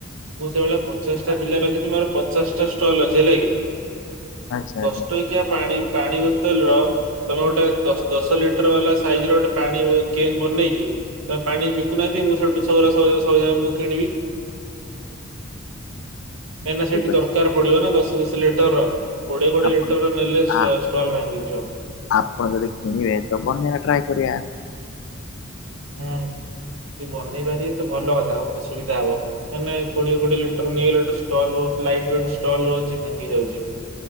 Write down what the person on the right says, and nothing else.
ମୁଁ ସେଇଭଳିଆ ପଚାଶଟା ପିଲା ରଖିଛି ମୋର ପଚାଶଟା ଷ୍ଟଲ୍ ଅଛି ହେଲା କି?
ଦଶ ଟଙ୍କିଆ ପାଣି ପାଣି ବୋତଲର ତମେ ଗୋଟେ ଦଶ ଲିଟର ବାଲା ସାଇଜ ର ଗୋଟେ ପାଣି କେନ୍ ବନେଇକି ତା ପାଣି ବିକୁନାହାନ୍ତି ମୁଁ ସେଇଠୁ ସବୁରା ସ ସବୁରା ମୁଁ କିଣିବି କାଇଁନା
ସେଇଠି
ଦରକାର ପଡିବ ନା ଦଶ ଦଶ ଲିଟର କୋଡିଏ କୋଡିଏ
ଲିଟର ନେଲେ
ଷ୍ଟଲ ଭାଙ୍ଗିଯିବ।
ହୁଁ ଯଦି ବନେଇ ପାରିବେ ତ ଭଲ କଥା ମତେ ସୁବିଧା ହବ। ମାନେ କୋଡିଏ କୋଡି ଲିଟର ନେଇଗଲାଟୁ ଷ୍ଟଲ ରହୁଛି <unintelligible> ଭାଙ୍ଗି ଯାଉଛି।